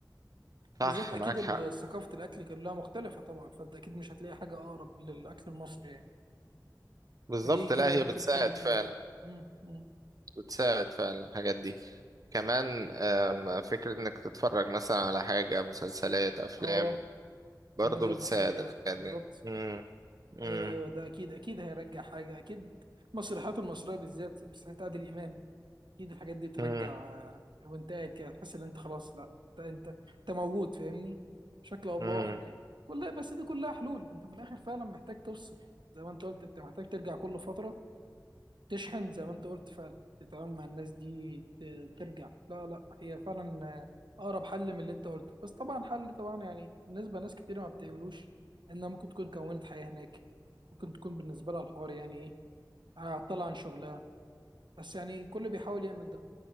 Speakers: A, on the right; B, on the right.
A: صح
B: بالذات اكيد
A: معاك
B: ال-
A: حق
B: ثقافه الاكل كلها مختلفه طبعا فانت اكيد مش هتلاقي حاجه اقرب للاكل المصري يعني
A: بالظبط
B: فدي كده
A: لا هي
B: ممكن
A: بتساعد
B: تكون من حلولي
A: فعلا
B: مم، مم.
A: بتساعد فعلا الحاجات دي كمان آم، فكرة انك تتفرج مثلا على حاجة مسلسلات افلام
B: اه الكوميديا
A: برضو بتساعد
B: المصريه
A: الحاجات
B: بالظبط
A: دي مم. مم.
B: ايوه ايوه ده اكيد اكيد هيرجع حاجه اكيد مسرحياته المصريه بالذات مسرحيات عادل امام اكيد الحاجات دي ترجع
A: مم.
B: آه، وانت قاعد كده تحس ان انت خلاص لا انت انت انت موجود فاهمني بشكل او
A: مم.
B: باخر يعني كلها بس دي كلها حلول انت في الاخر فعلا محتاج تفصل زي ما انت قلت انت محتاج ترجع كل فتره تشحن زي ما انت قلت فعلا تتعامل مع الناس دي ت- ترجع لا لا هي فعلا آه، اقرب حل من اللي انت قلته بس طبعا حل طبعا يعني بالنسبه لناس كتير ما بتعملوش انها ممكن تكون كونت حياه هناك ممكن تكون بالنسبه لها الحوار يعني ايه هتطلع عن شغلها بس يعني كل بيحاول يعمل ده